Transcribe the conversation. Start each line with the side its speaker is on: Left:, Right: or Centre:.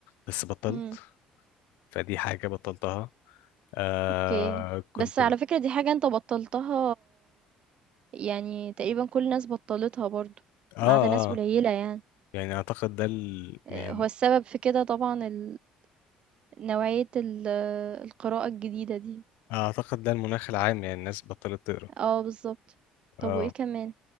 Left: بس بطلت
Right: امم
Left: فدي حاجه بطلتها آه
Right: اوكي
Left: كنت
Right: بس على
Left: ب-
Right: فكرة دي حاجة انت بطلتها يعني تقريبا كل الناس بطلتها برضو
Left: اه
Right: ما عدا ناس قليلة
Left: اه
Right: يعني
Left: يعني اعتقد ده ال...
Right: آه،
Left: يعني
Right: هو السبب في كده طبعا ال... نوعية ال... القراءة الجديدة دي
Left: اعتقد ده المناخ العام يعني الناس بطلت تقرا
Right: اه بالظبط
Left: اه
Right: طب وايه كمان